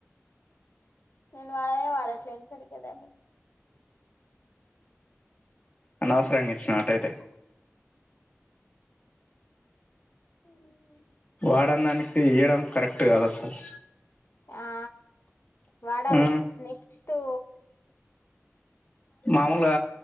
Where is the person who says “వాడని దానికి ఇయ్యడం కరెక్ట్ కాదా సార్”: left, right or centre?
Left